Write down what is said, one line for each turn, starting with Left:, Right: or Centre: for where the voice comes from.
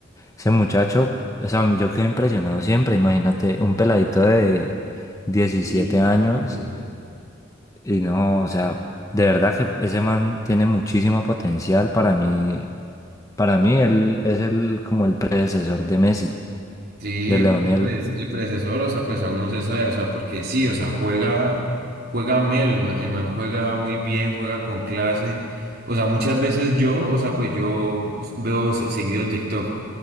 Left: ese muchacho, o sea, yo quedo impresionado siempre. Imagínate, un peladito de diecisiete
Right: Y- sí,
Left: años
Right: sí, sí.
Left: y no, o sea, de verdad que ese man tiene muchísimo potencial. Para mí, para mí él es el como el predecesor de Messi,
Right: Sí,
Left: de Leonel.
Right: o sea, pues el predecesor, o sea, pues aún no se sabe, o sea, porque sí, o sea, juega, juega Mel, el man, el man juega muy bien, juega con clase, o sea, muchas veces yo, o sea, pues yo veo se- seguido TikTok